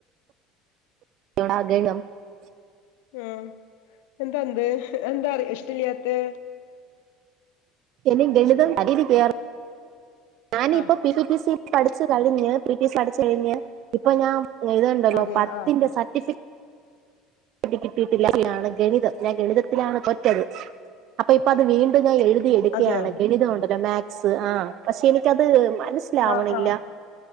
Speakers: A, on the right (about 55°); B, on the left (about 70°).
A: എന്നോട് അതെ <unintelligible>
B: ആഹ എന്തുണ്ട് എന്താ ഇഷ്ടയില്ലാത്തെ
A: ഈ ഗണിതം അതൊരു വേറെ ഞാന
B: ആഹ്
A: ഇപ്പ - പഠിച്ചു കളിഞ്ഞഞ് പി ടി പഠിച്ചു കളിഞ്ഞ് ഇപ്പൊ ഞാൻ ഇതുണ്ടല്ലോ
B: അതെ
A: പത്തിന്റെ
B: ആഹ്
A: സർട്ടിഫിക്ക കിട്ടിട്ടില്ലാണ് ഗണിതം ഞാൻ ഗണിതത്തിലാണ് കൊറഞാത് അപ്പൊ ഇപ്പ അത് വീണ്ടും ഞാൻ എഴുതി എടുക്കുകാണ്
B: അതെയോ
A: ഗണിതംണ്ടല്ലോ മാത്തസ് ആ പക്ഷെ എനിക്കത് മനസ്സിലാവണില്ല
B: ആഹ് ആഹ്